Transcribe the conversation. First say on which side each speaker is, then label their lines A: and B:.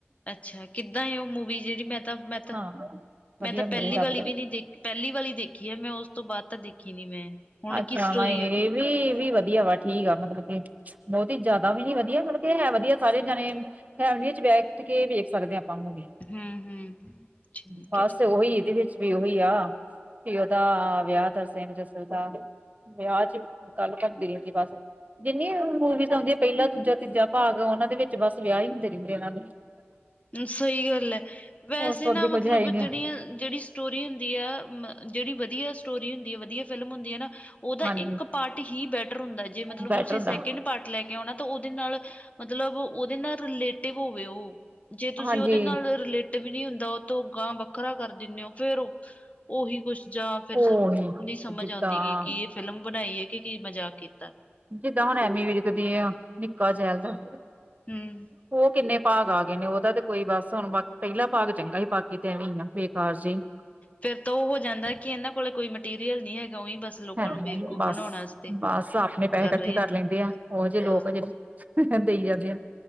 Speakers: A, on the left (about 30°); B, on the right (about 35°).
A: ਅੱਛਾ, ਕਿੱਦਾਂ ਏ, ਓ ਮੂਵੀ ਜਿਹੜੀ ਮੈਂ ਤਾਂ ਮੈਂ ਤਾਂ
B: ਹਾਂ ਵਧੀਆ
A: ਮੈਂ ਤਾਂ ਪਹਿਲੀ
B: ਮੂਵੀ ਲੱਗਦਾ
A: ਵਾਲੀ ਵੀ ਨੀ ਦੇਖੀ। ਪਹਿਲੀ ਵਾਲੀ ਦੇਖੀ ਏ, ਮੈਂ ਉਸ ਤੋਂ ਬਾਅਦ ਤਾਂ ਦੇਖੀ ਨੀ ਮੈਂ ਹੁਣ
B: ਅੱਛਾ,
A: ਕੀ ਸਟੋਰੀ
B: ਏਹ
A: ਉਹਦੀ?
B: ਵੀ ਵੀ ਵਧੀਆ ਵਾ ਠੀਕ ਆ ਮਤਲਬ, ਕਿ ਬਹੁਤ ਹੀ ਜਿਦਾ ਵੀ ਨੀ ਵਧੀਆ ਮਤਲਬ ਏਹ ਏ ਵਧੀਆ ਸਾਰੇ ਜਾਣੇ ਫੈਮਿਲੀ ਚ ਬੈਠਕੇ ਵੇਖ ਸਕਦੇ ਹਾਂ ਆਪਾਂ ਮੂਵੀ
A: ਹੂੰ, ਹੂੰ। ਠੀਕ
B: ਬਸ
A: ਐ, ਠੀਕ
B: ਉਹੀ
A: ਐ।
B: ਏਹਦੇ ਵਿੱਚ ਵੀ ਉਹੀ ਆ, ਵੀ ਉਹਦਾ ਵਿਆਹ ਤਰਸੇ ਜਸੜ ਵਿਆਹ ਚ ਗੱਲ ਕਰਦੀ ਰਹਿੰਦੀ, ਬਸ ਜਿੰਨੀੇ ਮੂਵੀਜ਼ ਆਉਂਦੀਆਂ ਪਹਿਲਾ, ਦੂਜਾ, ਤੀਜਾ ਭਾਗ ਉਨਾਂ ਦੇ ਵਿੱਚ ਬਸ ਵਿਆਹ ਹੀ ਹੁੰਦੇ ਰਹਿੰਦੇ, ਉਨਾਂ ਦੇ
A: ਸਹੀ ਗੱਲ ਏ, ਵੈਸੇ
B: ਉਸ ਤੋਂ
A: ਨਾ
B: ਅੱਗੇ ਕੁੱਝ
A: ਮਤਲਬ
B: ਹੈ ਹੀ ਨੀ
A: ਜਿਹੜੀਆਂ ਜਿਹੜੀ ਸਟੋਰੀ ਹੁੰਦੀ ਆ, ਜਿਹੜੀ ਵਧੀਆ ਸਟੋਰੀ ਹੁੰਦੀ ਆ ਵਧੀਆ ਫਿਲਮ ਹੁੰਦੀ ਏਨਾ ਉਹਦਾ
B: ਹਾਂਜੀ
A: ਏਕ ਪਾਰਟ ਹੀ ਬੈਟਰ ਹੁੰਦਾ, ਜੇ ਮਤਲਬ
B: ਬੈਟਰ
A: ਤੁਸੀਂ
B: ਹੁੰਦਾ
A: ਸੈਕਿੰਡ ਪਟ ਲੈਕੇ ਆਉਨਾ ਤਾਂ, ਉਹਦੇ ਨਾਲ ਮਤਲਬ ਉਹਦੇ ਨਾਲ ਰਿਲੇਟਿਵ ਹੋਵੇ ਓ। ਜੇ ਤੁਸੀਂ
B: ਹਾਂਜੀ
A: ਉਹਦੇ ਨਾਲ ਰਿਲੇ ਇਹ ਵੀ ਨਹੀਂ ਹੁੰਦਾ ਉਹ ਤੋਂ, ਅਗਾਂਹ ਵੱਖਰਾ ਕਰ ਦਿੰਦੇ ਹੋ, ਫੇਰ ਉਹੀ ਕੁਛ ਜਾਂ ਫੇਰ,
B: ਉਹ
A: ਨੀ ਸਮਝ
B: ਜਿੱਦਾਂ
A: ਆਉਂਦੀ ਗਈ ਕਿ ਫਿਲਮ ਬਣਾਈ ਹੈ ਕਿ ਕੀ ਮਜ਼ਾਕ ਕੀਤਾ
B: ਜਿੱਦਾਂ ਹੁਣ ਐਮੀ ਵੇਖਦੇ ਹਾਂ ਨਿੱਕਾ ਜੈਲ ਦਾ,
A: ਹਮ
B: ਉਹ ਕਿੰਨੇ ਭਾਗ ਆ ਗਏ ਨੇ ਉਹਦਾ ਤੇ ਕੋਈ ਬਸ ਹੁਣ ਬਾ ਪਹਿਲਾ ਭਾਗ ਚੰਗਾ ਸੀ ਬਾਕੀ ਤੇ ਐਵੇਂ ਨਾ ਬੇਕਾਰ ਜੇ
A: ਫੇਰ ਤਾਂ ਉਹ ਹੋ ਜਾਂਦਾ ਕਿ ਇਹਨਾਂ ਕੋਲ ਕੋਈ ਮਟੀਰੀਅਲ ਨਹੀਂ ਹੈਗਾ ਉਹੀ ਬਸ ਲੋਕਾਂ
B: ਹੈਂ
A: ਨੂੰ
B: ਗਈ
A: ਬੇਵਕੂਫ
B: ਬਸ
A: ਬਣਾਉਣ ਵਾਸਤੇ
B: ਬਸ ਆਪਣੇ ਪੈਸੇ ਇਕੱਠੇ
A: ਰਹੇ
B: ਕਰ
A: ਨੇ
B: ਲੈਂਦੇ ਆ, ਉਹੋ ਜਿਹੇ
A: ਹਾਂ
B: ਲੋਕ ਜਿਹੜੇ ਦੇਈ ਜਾਂਦੇ ਆ